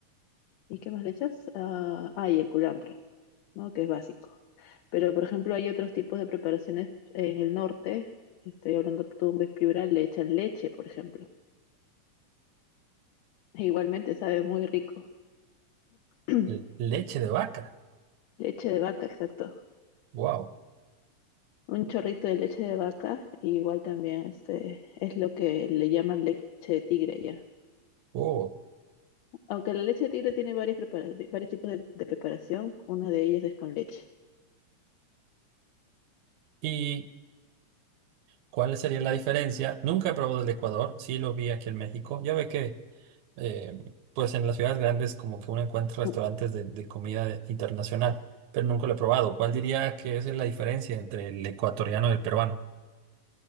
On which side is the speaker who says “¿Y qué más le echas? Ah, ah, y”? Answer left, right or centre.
Left